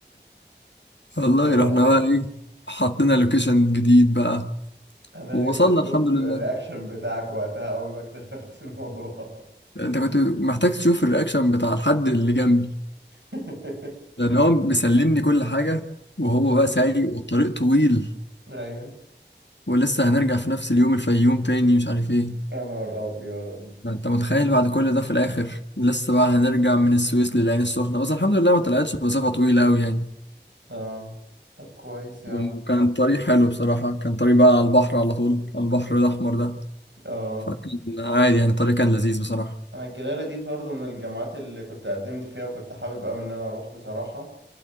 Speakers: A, on the left (about 75°); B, on the right (about 80°).
A: والله
B: يا لهوي
A: رحنا بقى ايه حطينا لوكيشن جديد بقى
B: انا
A: ووصلنا
B: نفسي اشوف
A: الحمد لله
B: الرياكشن بتاعك وقتها اول ما اكتشفت الموضوع
A: انت كنت محتاج تشوف الرياكشن بتاع الحد اللي جنبي
B: <laughs>
A: لان هو بيسلمني كل حاجه وهو
B: اه
A: بقى سايق والطريق طويل
B: ايوه
A: ولسه هنرجع في نفس اليوم الفيوم تاني مش عارف ايه
B: يا نهار ابيض
A: ما انت متخيل بعد كل ده في الاخر لسه بقى هنرجع من السويس للعين السخنه بس الحمد لله ما طلعتش مسافه طويله قوي يعني
B: اه طب كويس يا عم
A: وكان الطريق حلو بصراحه كان طريق بقى على البحر على طول على البحر الاحمر ده
B: اه
A: فكان عادي يعني الطريق كان لذيذ بصراحه
B: انا الجلاله دي برضه من الجامعات اللي كنت قدمت فيها وكنت حابب قوي ان انا اروح بصراحه